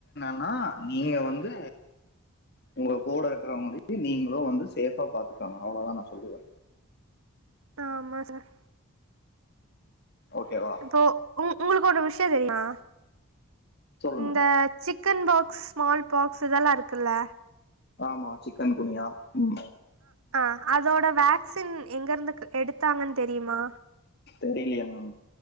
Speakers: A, on the left; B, on the right.
A: ஆஹ நீங்க வந்து. உங்க கூட இருக்கிறவங்களுக்கு நீங்களு வந்து சேஃபா பாத்துக்கங்க அவ்வளதா நா சொல்லுவே
B: ஆமா சார்
A: ஓகேவா
B: இப்போ உம் உங்களுக்கு ஒரு விஷ்யம் தெரியுமா
A: சொல்லுங்க
B: இந்த chicken box small box இதல்லா இருக்குல்ல
A: ஆமா சிக்கன் குனியா உம்
B: அ அதோட வேக்சின் எங்க இருந்து எடுத்தாங்கன் தெரியுமா
A: தெரியலயே மேம்